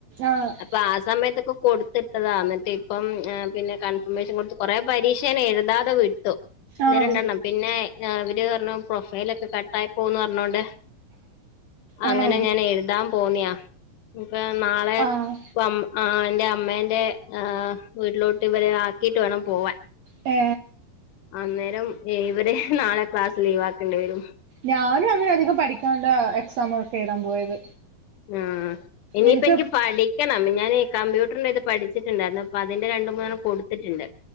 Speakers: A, on the right; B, on the left.
A: ആഹ്
B: അപ്പൊ ആ സമയത്തൊക്കെ കൊടുത്തി അതാ എന്നിട്ട് ഇപ്പം പിന്നെ കൺഫർമേഷൻ കൊടുത്ത് കൊറെേ പരീക്ഷ ഞാൻ എഴുതാതെ വിട്ടു ഒന്ന്
A: ആണോ
B: രണ്ടെണ്ണം പിന്നെ അവര് പറഞ്ഞു പ്രൊഫൈല ക്കെ കട്ടായി പോവുന്ന് പറഞ്ഞോണ്ട്
A: ആണോ
B: അങ്ങനെ ഞാൻ എഴുതാൻ പോന്നിയാ ഇഞ്ഞ്പ്പ നാളെ
A: ആഹ്
B: പ്പ ആ ന്റെ അമ്മേന്റെ ആഹ് വീട്ടിലോട്ട് ഇവരെ ആക്കിട്ട് വേണം പോവാൻ
A: ഏ
B: അന്നേരം ഏ ഇവര് നാളെ ക്ലാസ്സ് ലീവാക്കേണ്ടി വരും
A: ഞാനും അങ്ങനെ അധികം പഠിക്കാണ്ട എക്സാം ഒക്കെ എഴുതാൻ പോയത്
B: ആഹ് ഇനി
A: എനിക്ക്
B: ഇപ്പ ഇന്ക്ക് പടി ക്കണ്ണം ഞാന് കമ്പ്യൂട്ടറിന്റെ ഇത് പഠിച്ചിട്ടുണ്ടായിരുന്നു അപ്പോ അതിന്റെ രണ്ട് മൂന്നെണ്ണം കൊടുത്തിട്ടുണ്ട്